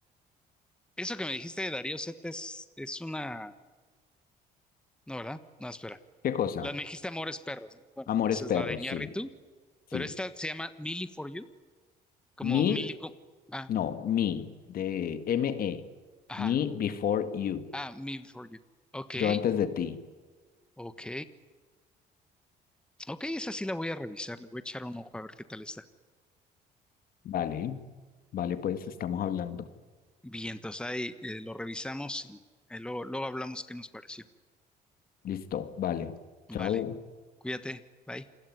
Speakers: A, in the centre; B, on the left.
A: eso que me dijiste de Darío Zeta es, es una... No, ¿verdad? No, espera.
B: ¿Qué cosa?
A: La me dijiste Amores Perros, ¿no? Bueno,
B: Amores
A: esa
B: Perros,
A: es la de Iñárritu,
B: sí, sí.
A: pero esta se llama Millie for You, como
B: Me,
A: Millie... co- Ah,
B: no, me, de M-E.
A: ajá.
B: Me before you.
A: Ah, Millie for You. Ok,
B: Yo antes de ti.
A: ok. Ok, esa sí la voy a revisar, le voy a echar un ojo a ver qué tal está.
B: Vale, vale, pues estamos hablando.
A: Bien, entonces ahí eh, lo revisamos y eh, luego, luego hablamos qué nos pareció.
B: Listo, vale.
A: Vale,
B: Chao.
A: cuídate, bye.